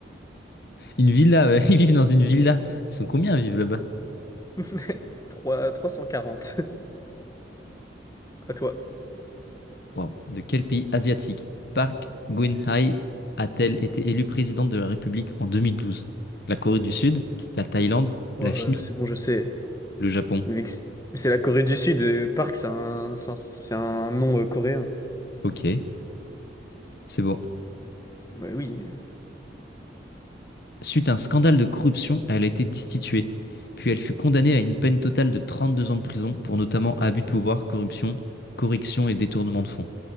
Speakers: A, on the left; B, on the left.
A: Une villa, ouais. Ils vivent dans une villa. Ils sont combien à vivre là-bas?
B: <laughs> 3, 340. À toi.
A: Waouh. De quel pays asiatique Park Geun-hye a-t-elle été élue présidente de la République en 2012? La Corée du Sud, la Thaïlande,
B: Ouais,
A: la
B: euh,
A: Chine, ou
B: c'est bon, je sais.
A: le Japon.
B: Mais c'est c'est la Corée du Sud. euh, Park, c'est un, c'est un, c'est un nom euh, coréen.
A: Ok, c'est bon.
B: Ouais, oui. euh,
A: Suite à un scandale de corruption, elle a été destituée. Puis elle fut condamnée à une peine totale de 32 ans de prison pour notamment abus de pouvoir, corruption, correction et détournement de fonds.